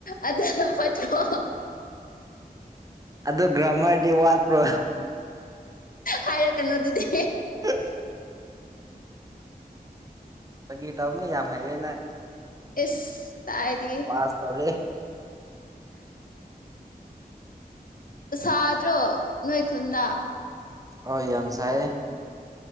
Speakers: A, on the left (about 60°); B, on the right (about 20°).
A: ꯑꯗꯨꯅ ꯐꯠꯇ꯭ꯔꯣ
B: ꯑꯗꯣ ꯒ꯭ꯔꯥꯃꯔꯗꯤ ꯋꯥꯠꯄ꯭ꯔꯣ
A: ꯍꯥꯏꯔꯛꯀꯅꯣ ꯑꯗꯨꯗꯤ
B: <unintelligible> ꯐꯒꯤ ꯇꯧꯅꯤ ꯌꯥꯝ ꯍꯩꯔꯦ ꯅꯪ
A: ꯏꯁ ꯀꯥꯏꯗꯒꯦ
B: ꯄꯥꯁ ꯇꯧꯔꯦ
A: ꯁꯥꯗ꯭ꯔꯣ ꯅꯣꯏ ꯈꯨꯟꯗ
B: ꯍꯣꯏ ꯌꯥꯝ ꯁꯥꯏꯌꯦ